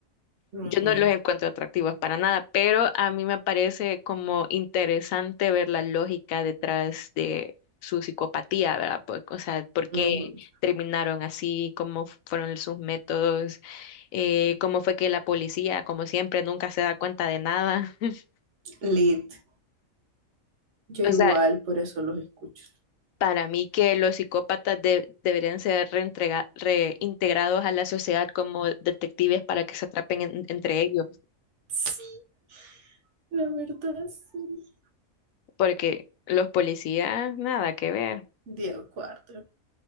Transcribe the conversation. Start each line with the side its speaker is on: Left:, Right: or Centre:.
Right: Ujú,
Left: Yo no los encuentro atractivos para nada, pero a mí me parece como interesante ver la lógica detrás de su psicopatía, ¿verdad? Por- o sea, por qué
Right: ujú.
Left: terminaron así, cómo fueron sus métodos, eh, cómo fue que la policía, como siempre, nunca se da cuenta de nada. <laughs>
Right: Lit. Yo igual,
Left: O sea,
Right: por eso los escucho.
Left: para mí que los psicópatas de- deberían ser reintegra- reintegrados a la sociedad como detectives para que se atrapen en- entre ellos,
Right: Sí, la verdad, sí.
Left: porque los policías, nada que ver.
Right: Diego Cuarto.